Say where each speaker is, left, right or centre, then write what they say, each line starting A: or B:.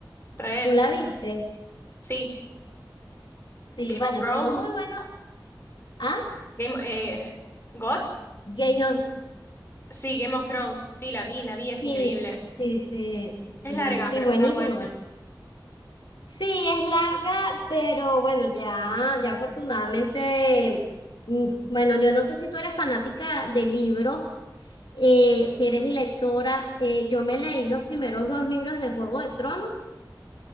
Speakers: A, on the left; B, on the left.
A: re.
B: ¿Tú la viste?
A: Sí.
B: Sí,
A: Game
B: bueno,
A: of Thrones.
B: estuvo muy bueno. Ah,
A: Game, eh, God
B: Game of...
A: Sí, Game of Thrones. Sí, la vi, la vi, es
B: Sí,
A: increíble.
B: sí, sí, sí,
A: Es larga,
B: sí,
A: pero
B: buenísimo.
A: está buena.
B: Sí, es larga, pero bueno, ya, ya afortunadamente, mm, bueno, yo no sé si tú eres fanática de libros, eh, si eres lectora, eh, yo me leí los primeros dos libros de Juego de Tronos